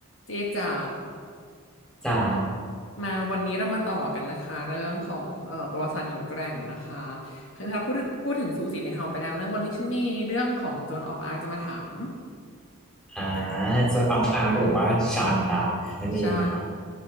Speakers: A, on the left; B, in the centre.
A: เจจ๋า
B: จ๋า
A: มาวันนี้เรามาต่อกันนะคะเรื่องของเอ่อประวัติศาสตร์หญิงแกร่งนะคะคือถ้าพูดพูดถึงซูสีไทยเฮาไปแล้วเนอะวันนี้ฉันมีเรื่องของโจนออฟอาร์จะมาถาม
B: อ่าโซนออฟอาร์คหรือว่าชอนดักนั่นเองนะครับ
A: ใช่